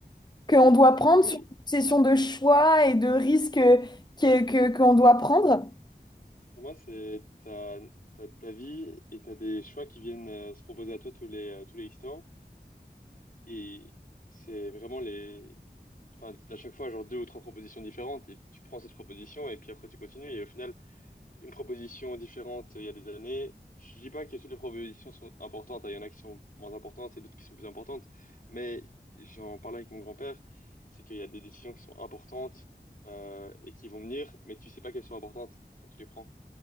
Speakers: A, on the left; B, on the left.
A: qu'on doit prendre,
B: oui,
A: sur une succession de choix et de risques que, que, qu'on doit prendre.
B: pour moi, c'est ta, ta, ta vie et t'as des choix qui viennent euh, se proposer à toi tous les, euh, tous les X temps et c'est vraiment les, enfin, t'as à chaque fois, genre deux ou trois propositions différentes et tu prends cette proposition et puis après tu continues et au final, une proposition différente euh, il y a des années. Je dis pas que toutes les propositions sont importantes. hein. Il y en a qui sont moins importantes et d'autres qui sont plus importantes. Mais j'en parlais avec mon grand-père, c'est qu'il y a des décisions qui sont importantes euh, et qui vont venir, mais tu sais pas qu'elles sont importantes quand tu les prends.